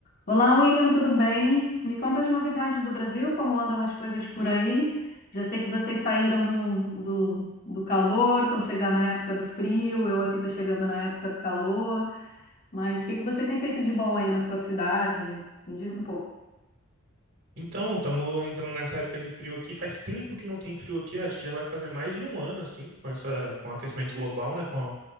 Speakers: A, on the left (about 40°); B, on the right (about 55°).
A: Olá, William, tudo bem? Me conta as novidades do Brasil, como andam as coisas por aí? Já sei que vocês saíram do, do, do calor, estão chegando na época do frio, eu aqui estou chegando na época do calor, mas o que que você tem feito de bom aí na sua cidade? Me diz um pouco.
B: Então, estamos entrando nessa época de frio aqui. Faz tempo que não tem frio aqui, acho que já vai fazer mais de um ano, assim, com essa, com o aquecimento global, né? Com, a-